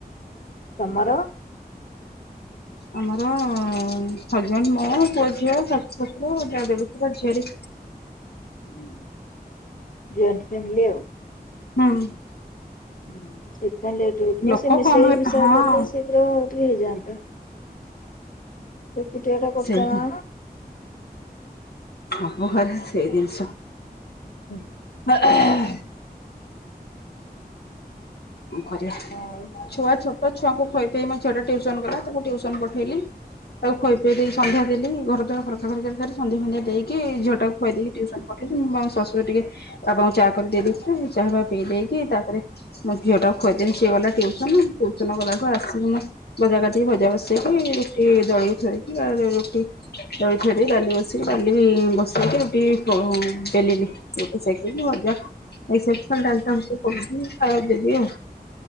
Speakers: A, on the left; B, on the left.
A: ତମର?
B: ଆମର ହଜବାଣ୍ଡ ମା ପୁଅ ଝିଅ ଶାଶୁ ଶଶୁର ଯା ଦେଢଶୁର ଝିଆରୀ।
A: ହୁଁ ଜଏଣ୍ଟ ଫ୍ୟାମିଲି ଆଉ।
B: ହଁ।
A: ହୁଁ ସେଥିପାଇଁ ଲେଟ୍ ହେଉଥିବ
B: ଲୋକ
A: ସେ ମିଶେଇ
B: କମ ହେ
A: ମିଶାଇ
B: ହଁ
A: ଦେଲେ ସେ ଶୀଘ୍ର ଟିକେ ହେଇଯାଆନ୍ତା। ଏକୁଟିଆ ଟା ପରିଶ୍ରମ
B: ସେଇ ଆମ ଘରେ ସେଇ ଜିନିଷ।
A: ହୁଁ।
B: <unintelligible> କଣ କରିବା?
A: ହଁ।
B: ଛୁଆ ଛୋଟ ଛୁଆଙ୍କୁ ଖୁଆଇ ପିଆଇ ମୋ ଝିଅଟା ଟିଉସନ ଗଲା ତାକୁ ଟିଉସନ ପଠେଇଲି ଆଉ ଖୁଆଇ ପିଆଇ ଦେଇକି ସଂନ୍ଧ୍ୟା ଦେଲି ଘର ଦ୍ୱାର ଖରା ଖର ସନ୍ଧ୍ୟା ସନ୍ଧ୍ୟା ଦେଇକି ଝିଅଟାକୁ ଖୁଆ ଦେଇକି ଟିଉସନ ପଠେଇଥିଲି ମୁଁ ବା ଶାଶୁ ଟିକେ ବାପାଙ୍କୁ ଚାହା କରିଦେଇ ଦେଇଥିଲେ ଚା ବା ପିଇ ଦେଇକି ତାପରେ ମୋ ଝିଅ ଟାକୁୁ ଖୁଆଇ ଦେଇକି ସିଏ ଗଲା ଟିଉସନ ଟିଉସନ ଗଲାକୁ ଆସିକି ମୋର ଭଜା କାଟିକି ଭଜା ବସେଇକି ରୁଟି ଦଳିକି ଥୁଆ ହେଇଚି ଆ ରୁଟି ଦହି ଥୋଇ ଦେଇକି ଡାଲି ବସିକି ଡାଲି ବସେଇକି ରୁଟି ବେଲିଲି। ଛୋଟ ସାଇକେଲ ମଜା <unintelligible> ଖାଇବା ଦେବି ଆଉ।